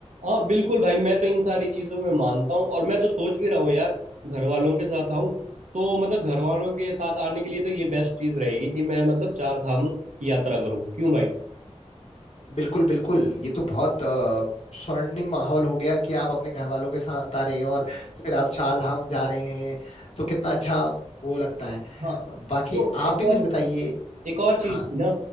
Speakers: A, on the right; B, on the left.
A: हाँ बिल्कुल भाई मैं तो इन सारी चीज़ों में मानता हूँ और मैं तो सोच भी रहा हूँ यार घर वालों के साथ आऊँ तो मतलब घर वालों के साथ आने के लिए तो ये बेस्ट चीज़ रहेगी कि मैं मतलब चार धाम की यात्रा करूँ क्यों भाई
B: बिल्कुल बिल्कुल ये तो बहुत अ, स्वर्णिम माहौल हो गया कि आप अपने घर वालों के साथ आ रहे हैं और फिर आप चार धाम जा रहे हैं तो कितना अच्छा वो लगता है
A: हाँ
B: बाकी
A: जो
B: आप
A: एक
B: भी कुछ
A: और
B: बताइए
A: एक और चीज़
B: हाँ
A: थी ना